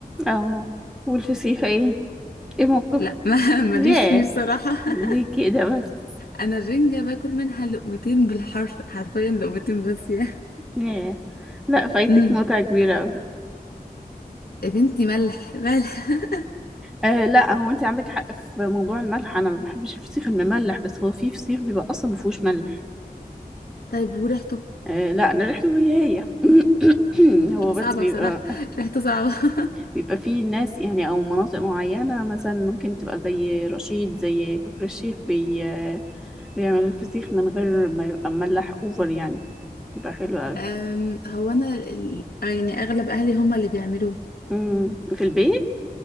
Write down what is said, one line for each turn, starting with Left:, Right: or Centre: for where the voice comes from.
Centre: اه والفسيخ ايه ايه موقف
Left: لا ما <laughs> ماليش
Centre: ياه
Left: فيه بصراحة <laughs>
Centre: ليه كده بس
Left: انا الرنجة باكل منها لقمتين بالحرف حرفيا لقمتين بس يا
Centre: ياه لا فايتك
Left: امم
Centre: متعة كبيرة أوي
Left: يا بنتي ملح ملح <laughs>
Centre: آه لا هو انت عندك حق في موضوع الملح انا ما بحبش الفسيخ المملح بس هو في فسيخ بيبقى اصلا ما فيهوش ملح
Left: طيب وريحته
Centre: آه لا انا ريحته هي هي <coughs> <clears throat> هو
Left: صعبة
Centre: بس بيبقى
Left: بصراحة ريحته صعبة <laughs>
Centre: بيبقى فيه ناس يعني او مناطق معينة مثلا ممكن تبقى زي رشيد زي كفر الشيخ بي آه، بيعمل الفسيخ من غير ما يبقى مملح اوفر يعني يبقى حلو أوي
Left: أم، هو انا ال- يعني اغلب اهلي هم اللي بيعملوه
Centre: مم، في البيت